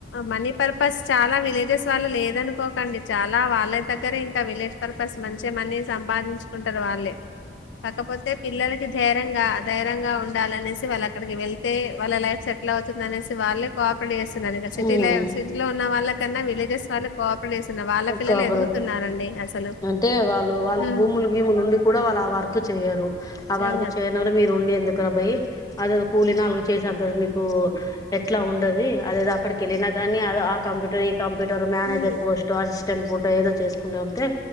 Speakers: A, on the left; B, on the left.
A: మనీ పర్పస్ చాలా విలేజెస్ వాళ్ళు లేదనుకోకండి చాలా వాళ్ళ దగ్గరే ఇంకా విలేజ్ పర్పస్ మంచిగా మని సంపాదించుకుంటారు వాళ్ళే కాకపోతే పిలలకి ధైరంగా ధైర్యంగా ఉ ఉండాలనేసి వాళ్ళు అక్కడికి వెళ్తే వాళ్ళ లైఫ్ సెటిల్ అవుతుంది అనేసి వాళ్ళే కోఆపరేట్ చేస్తు సిటీల
B: ఉమ్
A: సిటీలో వాళ్ల న్నా విలేజెస్ వాళ్ళ కోపరట్ చేస్తున్నారు వాళ్ళ పిల్లలు
B: కాపరేట్
A: ఎదుగుతున్నారండి అసలు
B: అంటే వాళ్ళు వాళ్ళకి
A: ఉమ్,
B: భూములు భీములు ఉండి కూడా వాళ్ళు ఆ వర్కు చేయ్యరు ఆ
A: చేయాలి
B: వర్కు చేయన వల మీరు ఉండి ఎందుకు బయి అదే కూలీ నాలుగు చేసంత మీకు ఎట్లా ఉండది అదే అక్కడికి వెళ్ళినా కానీ అ ఆ కంప్యూటర్ కంప్యూటర్ మేనేజర్
A: ఉమ్,
B: పోస్ట్ అసస్టెంట్ ఇప్పు ఏదో చేసుకుంటడా ఉంటే